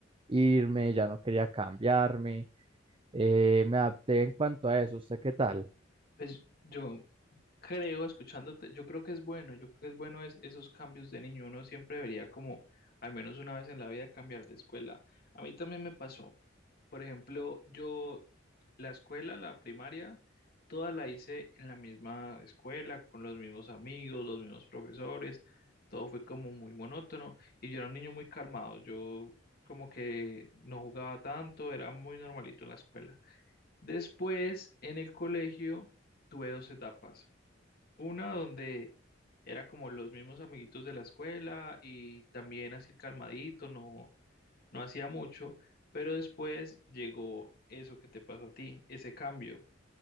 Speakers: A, on the right (about 25°); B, on the left (about 50°).
A: irme, ya no quería cambiarme. Eh, me adapté en cuanto a eso. ¿Usted qué tal?
B: Pues yo creo, escuchándote, yo creo que es bueno, yo creo que es bueno es, esos cambios de niño. Uno siempre debería como al menos una vez en la vida cambiar de escuela. A mí también me pasó. Por ejemplo, yo La escuela, la primaria, toda la hice en la misma escuela, con los mismos amigos, los mismos profesores, todo fue como muy monótono y yo era un niño muy calmado, yo como que no jugaba tanto, era muy normalito en la escuela. Después, en el colegio, tuve dos etapas, una donde era como los mismos amiguitos de la escuela y también así calmadito, no, no hacía mucho, pero después llegó eso que te pasó a ti, ese cambio